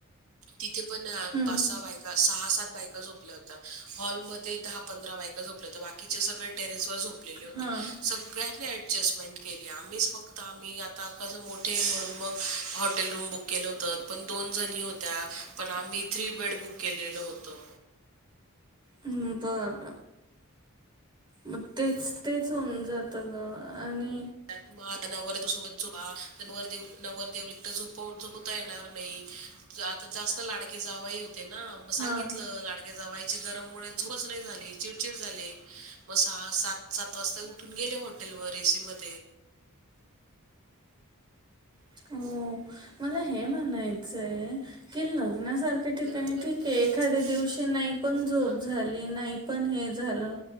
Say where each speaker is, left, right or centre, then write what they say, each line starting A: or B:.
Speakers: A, on the right; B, on the right.
A: तिथे पण
B: हम्म.
A: पासा बायका सहा सात बायका झोपल्या होत्या हॉल मध्ये दहा पंधरा बायका झोपल्या होत्या बाकीचे सगळेे टेरेवर झोप झोपलेले होते
B: हां
A: सगळ्यांनी ऑ ॲडजस्टमेंट केली आम्हीच फक्त आम्ही आता कसं मोठे म्हणून मग हॉटेल रूम बुक केलं होतं पण दोन जणी होत्या पण आम्ही थ्री बेड बुक केलेलं होतो
B: ह् बरं मग तेच, तेच होऊन जातं गं आणि
A: मग आता ना वर बसवून नवरदेव, नवरदेव एकटं झो झोपता येणार नाही आता जास्त लाडकी जावंई होते ना म
B: हां
A: सांगितलं लाडके जावाई गरम मुळे झोपचं नाही झाली चिडचिड झाले म सहा सात सात वाजता उठून गेले हाॅटे तलवारी <unintelligible> <inaudible>
B: हो मला हे म्हणायचंय, कि ल लग्नासारख्या ठिकाणी
A: गरम गरम
B: ठीक
A: राहायचं
B: आहे. एखाद्या
A: नाही
B: दिवशी नाही पण झोप
A: हा
B: झाली. नाही पण हे झालं,